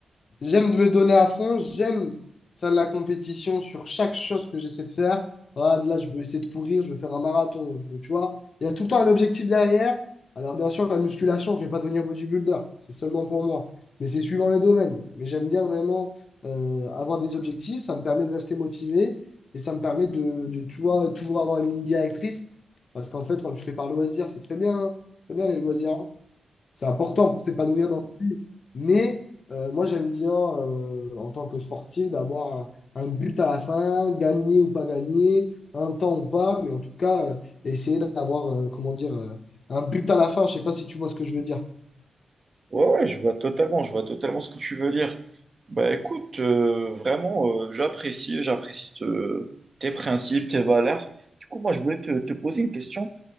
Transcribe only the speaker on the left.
J'aime me donner à fond, j'aime faire de la compétition sur chaque chose que j'essaie de faire. Ah, là, je veux essayer de courir, je veux faire un marathon, je veux- tu vois. Il y a tout le temps un objectif derrière. Alors, bien sûr, la musculation, je ne vais pas devenir bodybuilder, c'est seulement pour moi. Mais c'est suivant les domaines. Mais j'aime bien vraiment euh, avoir des objectifs, ça me permet de rester motivé et ça me permet de, de, tu vois, toujours avoir une ligne directrice. Parce qu'en fait, quand tu fais par loisir, c'est très bien, hein. c'est très bien les loisirs. C'est important pour s'épanouir dans sa vie. Mais euh, moi, j'aime bien, euh, en tant que sportif, d'avoir un, un but à la fin, gagner ou pas gagner, un temps ou pas, mais en tout cas, euh, essayer d'avoir, euh, comment dire, euh, un but à la fin. Je sais pas si tu vois ce que je veux dire.